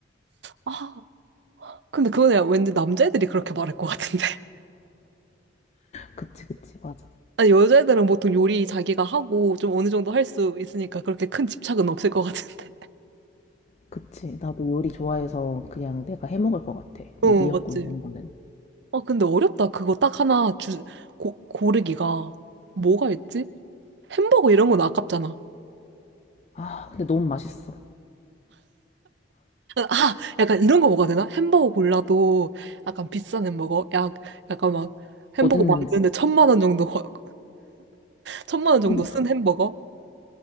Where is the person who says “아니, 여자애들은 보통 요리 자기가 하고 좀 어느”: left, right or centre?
Right